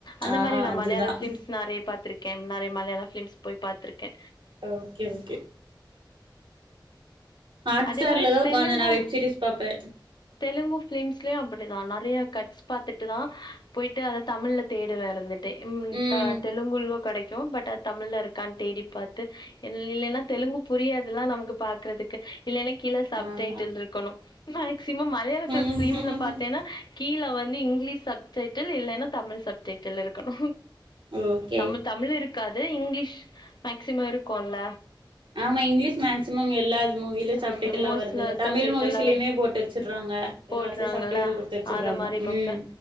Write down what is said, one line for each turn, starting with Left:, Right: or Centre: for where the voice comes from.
Left: அந்த
Right: ஆ
Left: மாரி நா
Right: அதுதான்
Left: மலையாள ஃபிலிம்ஸ் நெறைய பாத்திருக்கே நெறைய மலையாள பிலிம்ஸ் போய் பாத்திருக்கே
Right: அ ஓகே ஓகே ஹாட்
Left: அதே
Right: ஸ்டார்ல
Left: மாரி
Right: தா உக்காந்து
Left: தெலுங்கு
Right: நா வெப் சீரிஸ் பாப்பே
Left: தெலுங்கு ஃபிலிம்ஸ்லயு அப்டிதா நெறைய கட்ஸ் பாத்துட்டு தா போயிட்டு அத தமிழ்ல தேடுவே ஆரம்பி <unintelligible>
Right: ம்
Left: தெலுங்குலயு கெடைக்கு பட் அது தமிழ்ல இருக்கான் தேடி பாத்து இல்லலேனா தெலுங்கு புரியாதுல்லா நமக்கு பாக்குறதுக்கு இல்லனா கீழ சப்டைட்டில்
Right: ஆமா
Left: இருக்கணு மேக்சிமம் மலையாளத்துல
Right: ம்
Left: பிலிம்ல பாத்தேன்னா கீழ வந்து இங்கிலீஷ் சப்டைடில் இல்லேனா தமிழ் சப்டைடிலு இருக்கணு
Right: ஓகே
Left: தமிழ் தமிழ் இருக்காது இங்கிலீஷ் மேக்சிம இருக்குல
Right: ஆமா இங்கிலீஷ் மேக்சிமம் எல்லார் மூவில சப்டைடிலா
Left: மோஸ்ட்ல
Right: வருதுல தமிழ்
Left: சப்டைட்டில்லா
Right: மூவிஸ்லியுமே
Left: வந்து
Right: போட்டு வெச்சுற்றாங்க
Left: போட்றாங்கல்ல
Right: எல்லாத்திலியு சப்டைடில் குடுத்து வெச்சிற்றாங்க
Left: அத மாரி பாப்பே
Right: ம்